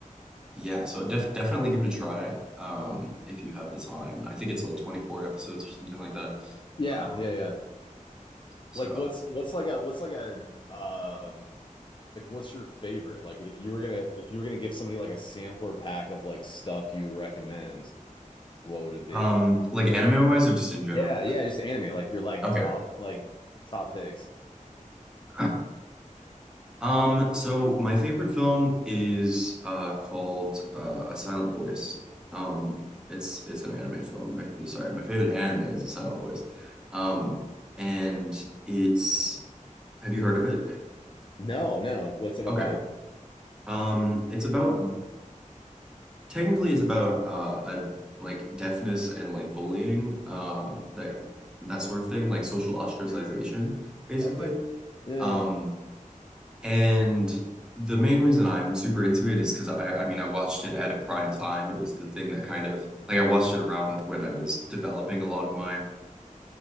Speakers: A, in the centre; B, on the left.
A: yeah, so def definitely give it a try um, if you have the time. I think it's like 24 episodes or something like that.
B: yeah
A: Um,
B: yeah yeah
A: so,
B: Like what's what's like a what's like a um like what's your favorite? Like if you were gonna if you were gonna give somebody like a sampler pack of like stuff you would recommend, what would it be?
A: um, like anime wise or just in general?
B: Yeah, yeah, just anime. Like your like
A: Okay.
B: top like top picks.
A: <clears throat> Um, so my favorite film is uh called uh, A Silent Voice. Um, it's it's an anime film. My, sorry, my favorite anime is A Silent Voice. Um, and it's have you heard of it?
B: No, no. What's it
A: Okay.
B: all about?
A: Um, it's about technically it's about uh a like deafness and like bullying, uh that that sort of thing, like social ostracization,
B: Yeah.
A: basically.
B: Okay. Yeah.
A: Um, And the main reason I'm super into it is because I, I mean, I watched it at a prime time. It was the thing that kind of like I watched it around when I was developing a lot of my